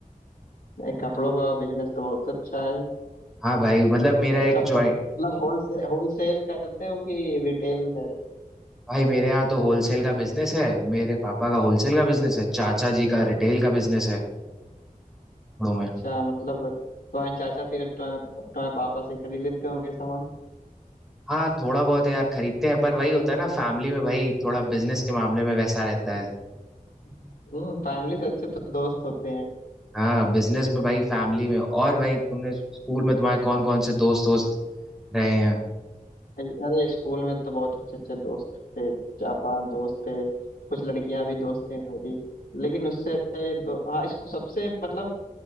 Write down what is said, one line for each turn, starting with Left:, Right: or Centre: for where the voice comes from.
Left: एक कपड़ों का बिजनेस तो बहुत अच्छा है
Centre: हाँ भाई मतलब मेरा
Left: अच्छा
Centre: एक
Left: प्रॉफिट
Centre: जॉइंट
Left: मतलब होलसेल होलसेल करते हो कि रिटेल है
Centre: भाई मेरे यहाँ तो होलसेल का बिजनेस है मेरे पापा का होलसेल का बिजनेस है चाचा जी का रिटेल का बिजनेस है कपड़ों में
Left: अच्छा मतलब तुम्हारे चाचा फिर तुम्हारे तुम्हारे पापा से खरीद लेते होंगे सामान
Centre: हाँ थोड़ा बहुत यार खरीदते हैं पर वही होता है ना फैमिली में भाई थोड़ा बिजनेस के मामले में वैसा रहता है
Left: हम्म फैमिली से अच्छे तो दोस्त होते हैं
Centre: हाँ बिजनेस में भाई फैमिली में और भाई तुमने स्कूल में तुम्हारे कौन कौन से दोस्त दोस्त रहे हैं
Left: अरे स्कूल में तो बहुत अच्छे अच्छे दोस्त थे चार पांच दोस्त थे कुछ लड़कियां भी दोस्त थी मेरी लेकिन उससे अच्छे दो हाँ इसको सबसे मतलब